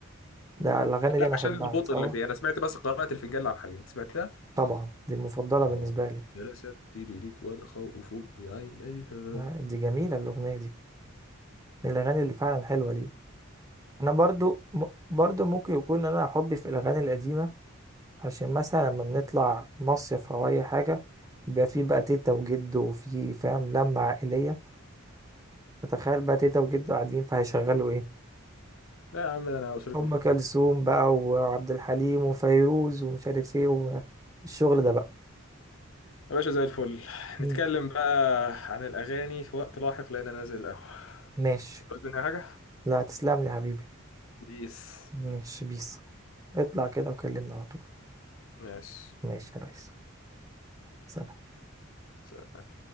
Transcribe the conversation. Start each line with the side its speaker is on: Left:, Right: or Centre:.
Right: ده الاغاني
Left: لا
Right: دي انا احبها
Left: عشان البطء
Right: تصور
Left: اللي فيه انا سمعت بس قراءه الفنجان لعبد الحليم أنت سمعتها
Right: طبعا دي المفضلة
Left: اه
Right: بالنسبة لي
Left: جلست تيريريت والخوف بعينيها
Right: آه، دي جميلة الأغنية دي من الأغاني اللي فعلا حلوة لي أنا برضو م... برضو ممكن يكون أنا حبي في الأغاني القديمة عشان مثلا لما بنطلع مصيف أو أي حاجة بيبقى في بقى تيتا وجد وفي فاهم لمة عائلية فتخيل بقى تيتا وجد قاعدين فهيشغلوا إيه
Left: لا يا عم ده انا اسرتي
Right: أم
Left: مفككه
Right: كلثوم بقى وعبد الحليم وفيروز ومش عارف إيه والشغل ده بقى
Left: يا باشا زي الفل
Right: مم.
Left: نتكلم بقى عن الاغاني في وقت لاحق لان انا نازل القهوه
Right: ماشي
Left: عاوز مني حاجه
Right: لا تسلم لي يا حبيبي
Left: بيس
Right: ماشي بيس اطلع كده وكلمني على طول
Left: ماشي
Right: ماشي يا ريس سلام.
Left: سلام.